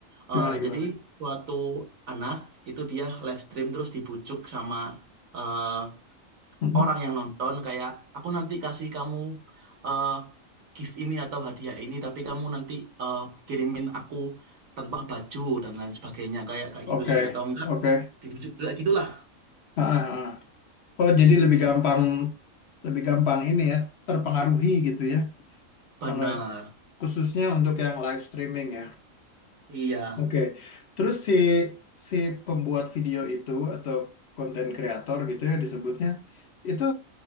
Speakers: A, on the right (about 85°); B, on the left (about 60°).
A: Eh,
B: Gimana gimana?
A: jadi suatu anak itu dia live stream terus dibujuk sama eh,
B: Hmm?
A: orang yang nonton kayak aku nanti kasih kamu eh, gift ini atau hadiah ini tapi kamu nanti eh, kirimin aku tanpa baju dan lain sebagainya kayak kayak gitu
B: Oke,
A: sih atau enggak
B: oke.
A: dibujuk kayak gitulah
B: Ah, ah, ah. Oh, jadi lebih gampang lebih gampang ini ya, terpengaruhi gitu ya.
A: bener
B: Kalau khususnya untuk yang live streaming ya.
A: iya
B: Oke. Terus si si pembuat video itu atau konten kreator gitu ya disebutnya, itu